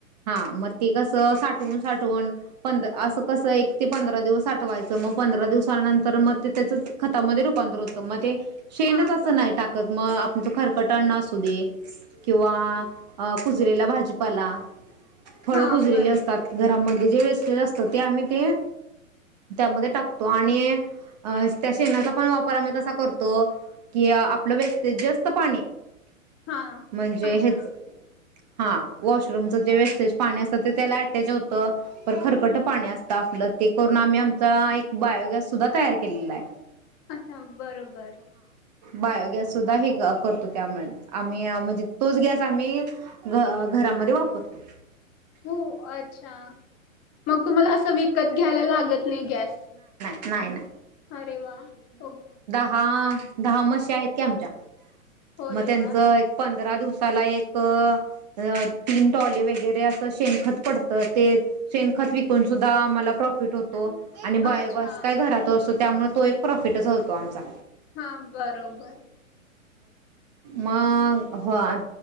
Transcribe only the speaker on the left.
हा
बरोबर
हा
बरोबर
हा
अच्छा
अच्छा बरोबर.
हो अच्छां मग तुम्हाला अस विकत घ्यायला लागत नाही गॅस?
अरे वा ओक
हो
रे
वा
अच्छा
हां बरोबर.